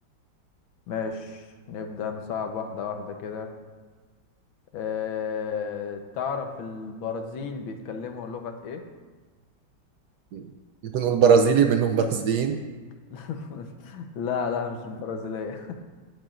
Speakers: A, on the left; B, on the right.
A: ماشي نبدأ نصعب واحدة واحدة كده أه... تعرف البرازيل بيتكلموا لغة ايه؟
B: مم. ممكن نقول برازيلي بانهم برازيليين
A: <laughs> لا لا مش البرازيلية